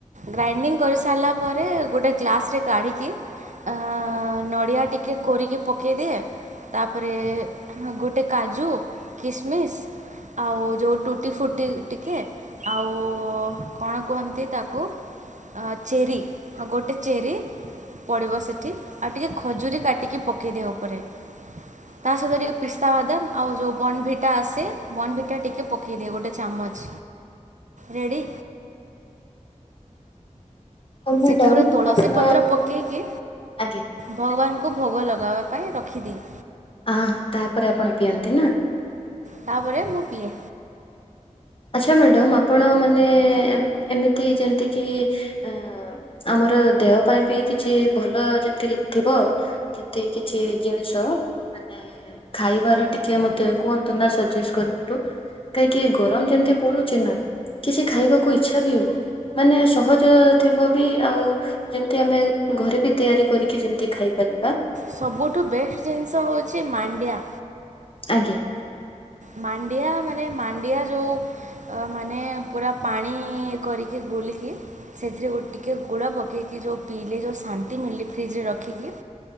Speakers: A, on the right; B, on the left.
A: ଗ୍ରାଇଣ୍ଡିଙ୍ଗ୍ କରି ସାରିଲା ପରେ ଗୋଟେ ଗ୍ଲାସରେ କାଢିକି ଆଁ ନଡିଆ ଟିକେ କୋରିକି ପକେଇଦିଏ ତାପରେ ଗୋଟେ କାଜୁ କିସମିସ୍ ଆଉ ଯୋଉ ଟୁଟି ଫୁ ଟି ଟିକେ ଆଉ କଣ କୁହନ୍ତି ତାକୁ ଆଁ ଚେରି। ହଁ ଗୋଟେ ଚେରୀ ପଡ଼ିବ ସେଠି ଆଉ ଟିକେ ଖଜୁରୀ କାଟି କି ପକାଇଦିଏ ଉପରେ। ତା ସହିତ ଟିକେ ପିସ୍ତାବାଦାମ ଆଉ ଯୋଉ ବର୍ଣ୍ଣଭିଟା ଆସେ ବର୍ଣ୍ଣଭିଟା ଟିକେ ପକେଇଦିଏ ଗୋଟେ ଚାମଚ୍। ରେଡ୍ଡୀ?
B: ମ୍ୟାଡ଼ାମ
A: ସେଠି ଗୋଟେ ତୁଳସୀ
B: ଆପଣ
A: ପତ୍ର ପକେଇକି
B: ଆଜ୍ଞା
A: ଭଗବାନ ଙ୍କୁ ଭୋଗ ଲଗାହେବା ପାଇଁ ରଖିଦିଏ।
B: ଆହାଃ ତାପରେ ଆପଣ ପିଅନ୍ତି ନା?
A: ତାପରେ ମୁଁ ପିଏ।
B: ଆଚ୍ଛା ମ୍ୟାଡ଼ମ୍ ଆପଣ ମାନେ ଏମ୍ ଏମିତି ଯେମିତି କିି ଆଁ ଆମର ଦେହ ପାଇଁ ବି କିଛି ଭଲ ଯେମିତି ଥିବ ଯେମିତି କିଛି ଜିନିଷ ମାନେ ଖାଇବାର ଟିକେ ମତେ କୁହନ୍ତୁ ନା ସଜେଷ୍ଟ୍ କରନ୍ତୁ କାହିଁକି ଗରମ ଯେମତି ପଡୁଚି ନା କିଛି ଖାଇବାକୁ ଇଚ୍ଛା ବି ହଉନି ମାନେ ସହଜ ଥିବ ବି ଆଉ ଯେମତି ଆମେ ଘରେ ବି ତିଆରି କରିକି ଯେମତି ଖାଇପାରି
A: ସବୁଠୁ ବେଷ୍ଟ୍ ଜିନିଷ ହଉଛି ମାଣ୍ଡିଆ।
B: ଆଜ୍ଞା।
A: ମାଣ୍ଡିଆ ମାନେ ମାଣ୍ଡିଆ ଯୋଉ ମାନେ ପୁରା ପାଣି କରିକି ଗୋଲିକି ସେଥିରେ ଗୋ ଟିକେ ଗୁଡ଼ ପକେଇକି ଯୋଉ ପିଇଲେ ଯୋଉ ଶାନ୍ତି ମିଲେ ଫ୍ରିଜ ରେ ରଖିକି